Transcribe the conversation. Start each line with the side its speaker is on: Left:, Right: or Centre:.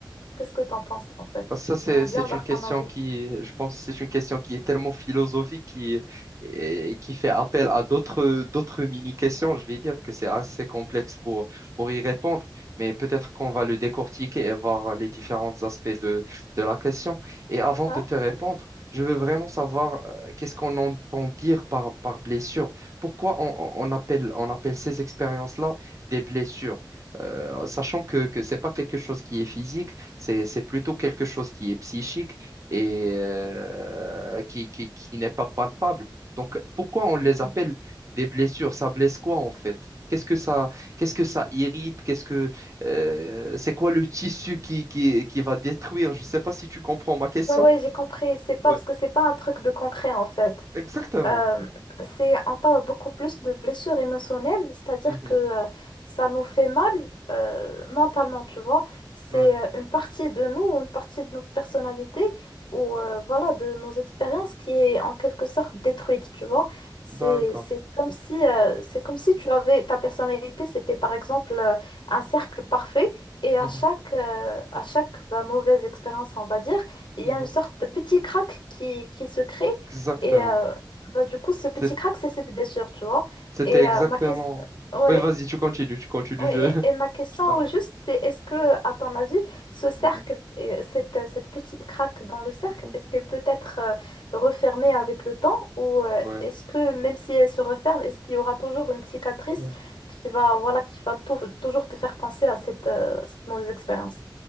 Left: Qu'est-ce que t'en penses en fait?
Right: Parce que Ça, c'est,
Left: J'aimerais bien
Right: c'est
Left: avoir
Right: une question
Left: ton avis.
Right: qui, je pense, que c'est une question qui est tellement philosophique qui, et qui fait appel à d'autres, d'autres mini-questions. Je vais dire que c'est assez complexe pour, pour y répondre, mais peut-être qu'on va le décortiquer et voir les différents aspects de, de la question. Et avant
Left: Ouais.
Right: de te répondre, je veux vraiment savoir euh, qu'est-ce qu'on entend dire par, par blessure. Pourquoi on, on- on appelle, on appelle ces expériences-là des blessures? Euh, sachant que, que ce n'est pas quelque chose qui est physique c'est, c'est plutôt quelque chose qui est psychique et euh, qui, qui, qui n'est pas palpable. Donc, pourquoi on les
Left: Hmm.
Right: appelle des blessures? Ça blesse quoi en fait? Qu'est-ce que ça, qu'est-ce que ça irrite? Qu'est-ce que, euh, c'est quoi le tissu qui, qui, qui va détruire? Je ne sais pas si tu comprends ma question.
Left: Ouais, ouais, j'ai compris. C'est pas
Right: Ouais,
Left: parce que c'est pas un truc de concret en fait.
Right: exactement.
Left: Euh, c'est, on parle beaucoup plus de blessures émotionnelles, c'est-à-dire
Right: Mhm.
Left: que euh, ça nous fait mal euh, mentalement, tu vois. C'est
Right: Ouais,
Left: euh, une partie de nous, une partie de notre personnalité ou euh, voilà, de nos expériences qui est en quelque sorte détruite, tu vois. C'est,
Right: d'accord.
Left: c'est comme si, euh, c'est comme si tu avais ta personnalité, c'était par exemple euh, un cercle parfait et à
Right: Mhm.
Left: chaque, euh, à chaque bah, mauvaise expérience, on va dire, il
Right: Mhm.
Left: y a une sorte de petit crack qui, qui se crée.
Right: Exactement.
Left: Et, euh, bah, du coup, ce petit
Right: C'est-
Left: crack, c'est cette blessure, tu vois.
Right: C'était
Left: Et
Right: exactement.
Left: euh, ma question, ouais,
Right: Oui, vas-y, tu continues, tu continues.
Left: ouais.
Right: Je, <laughs>
Left: Et, et ma question
Right: je t'arrête.
Left: au juste, c'est est-ce que, à ton avis, ce cercle,
Right: Mhm.
Left: et cette, cette petite craque dans le cercle,
Right: Mhm.
Left: est-ce qu'elle peut être euh, refermée avec le temps ou euh,
Right: Ouais.
Left: est-ce que, même si elle se referme, est-ce qu'il y aura toujours une cicatrice
Right: Ouais.
Left: qui va, voilà, qui va tou- toujours te faire penser à cette, euh, cette mauvaise expérience